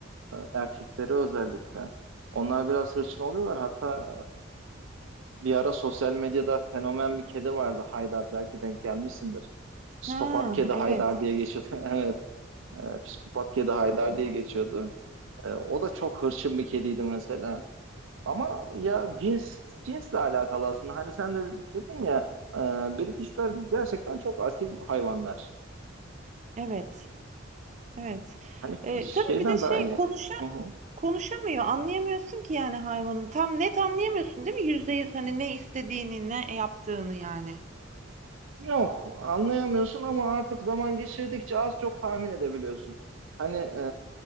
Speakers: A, on the right; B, on the right.
A: e, erkekleri özellikle. Onlar biraz hırçın oluyorlar. Hatta e, bir ara sosyal medyada fenomen bir kedi vardı Haydar belki denk gelmişsindir. Psikopat
B: Ha,
A: kedi
B: evet.
A: Haydar diye geçiyordu. <laughs> Evet, e, psikopat kedi Haydar
B: Ha,
A: diye geçiyordu. E, o da çok hırçın bir kediydi mesela. Ama ya cins cinsle alakalı aslında. Hani sen de dedin ya e, Britishler gerçekten çok asil hayvanlar.
B: Evet. Evet.
A: Hani
B: Ee,
A: şeyden
B: tabii bir de şey
A: daha iyi.
B: konuşa
A: Hı hı.
B: konuşamıyor. Anlayamıyorsun ki yani hayvanın. Tam net anlayamıyorsun değil mi? Yüzde yüz hani ne istediğini, ne yaptığını yani.
A: Yok anlayamıyorsun ama artık zaman geçirdikçe az çok tahmin edebiliyorsun. Hani e,